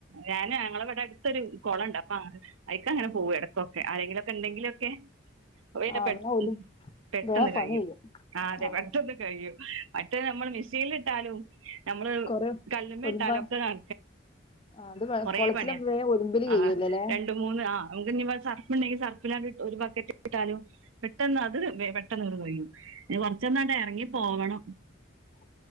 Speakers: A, on the right (about 80°); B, on the left (about 25°).
A: ഞാന് ഞങ്ങടിവിടടുത്തൊരു കൊളോണ്ട് അപ്പൊ അയിക്ക അങ്ങനെ പോക ഇടക്കൊക്കെ എന്തങ്കിലൊക്കെ ഉണ്ടെങ്കിലൊക്കെ ജോലിയൊക്കെ
B: ആഹ്
A: പെ
B: എന്നാ ഒലും
A: പെട്ടെന്ന്
B: വേം പണി
A: കഴിയും.
B: കയ്യും
A: ആ അതെ
B: ആഹ്
A: പെട്ടന്ന് കഴിയും മറ്റേ നമ്മൾ മിസ്യനിലിട്ടാലും നമ്മള്
B: കൊറേ
A: കല്ലുമ്മേ
B: ഒലുമ്പാൻ
A: ഇട്ടാലൊക്കെ നന
B: ആഹ് അത്
A: കുറെ
B: കൊളത്തിലാവുമ്പോ
A: പണിയാ
B: വേം ഒലുമ്പല്
A: അഹ്
B: കഴിയുവല്ലോല്ലേ
A: രണ്ടു മൂന്ന് ആഹ് നമുക്ക് ഇങ്ങ സർഫുണ്ടെങ്കി സർഫിനാത്ത് ഒരു ബക്കറ്റ് ഇട്ടാലും പെട്ടെന്ന് അത് പെട്ടെന്നങ്ങട് കഴിയും കുറച്ചെങ്ങാണ്ട ഇറങ്ങിപ്പോവണം
B: <inaudible>